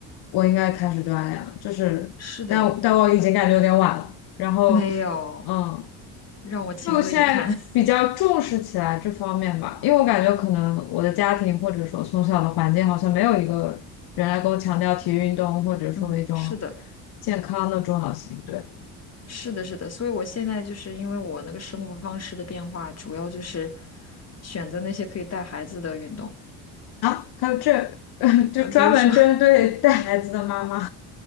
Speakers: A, on the left; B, on the left.
A: 我应该开始锻炼了，就是但但我已经感觉有点晚了，
B: 是的，
A: 然后
B: 没有，
A: 嗯。
B: 让我情何以堪。
A: 就现在比较重视起来这方面吧，
B: <laughs>
A: 因为我感觉可能我的家庭或者说从小的环境好像没有一个人来跟我强调体育运动或者说一种
B: 嗯，是的。
A: 健康的重要性。对
B: 是的，是的，所以我现在就是因为我那个生活方式的变化，主要就是选择那些可以带孩子的运动，
A: 啊，还有这 <laughs> 就专门针对带孩子的妈妈，
B: 呃，比如说，<laughs>